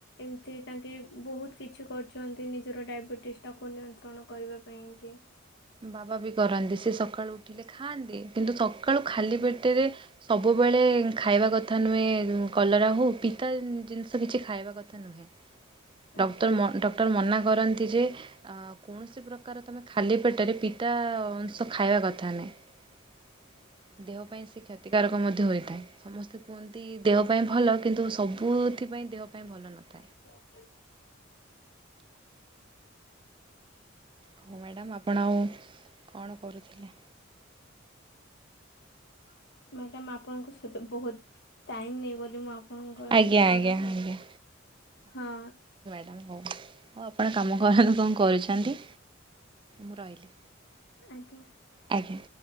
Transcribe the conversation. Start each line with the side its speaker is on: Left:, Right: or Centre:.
Left: ଏମିତି ତାଙ୍କ କି ବହୁତ କିଛି କରୁଛନ୍ତି ନିଜର ଡାଇବେଟିସ୍ଟାକୁ ନିୟନ୍ତ୍ରଣ କରିବା ପାଇଁକି।
Right: ବାବା ବି କରନ୍ତି ସେ ସକାଳୁ ଉଠିଲେ ଖାଆନ୍ତି କିନ୍ତୁ ସକାଳୁ ଖାଲି ପେଟରେ ସବୁବେଳେ ଖାଇବା କଥା ନୁହେଁ କଲରା ହଉ ପିତା ଜିନିଷ କିଛି ଖାଇବା କଥା। ନୁହେଁ। ଡ
Left: ଆଜ୍ଞା
Right: ଡକ୍ଟର
Left: ଆଜ୍ଞା
Right: ମନା କରନ୍ତି ଯେ କୌଣସି ପ୍ରମେ ଖାଲି ପେଟ ପିତା ଅଂଶ ଖାଇବା କଥା ନ ଦେହ ପାଇଁ କ୍ଷତିକାରକ ମଧ୍ୟ ହୋଇଥାଏ। ସମସ୍ତେ କୁହନ୍ତି ଦେହ ପାଇଁ ଭଲ କିନ୍ତୁ ସବୁଥିପାଇଁ ଦେହ ପାଇଁ ଭଲ ନଥାଏ।
Left: <inaudible>
Right: ହଉ ମ୍ୟାଡ଼ାାମ ଆପଣ ଆଉ କଣ କରୁଥିଲେ?
Left: ମ୍ୟାଡାମ ଆପଣଙ୍କ ସହିତ ବହୁତ ଟାଇମ ନେଇଗଲି ମୁଁ ଆପଣଙ୍କର
Right: ଆଜ୍ଞା ଆଜ୍ଞା ଆଜ୍ଞା।
Left: ହଁ।
Right: ହ ହଉ ଆପଣ କାମ କରନ୍ତୁ କଣ କରୁଛନ୍ତି ମୁଁ ରହିଲି।
Left: ଆଜ୍ଞା।
Right: ଆଜ୍ଞା।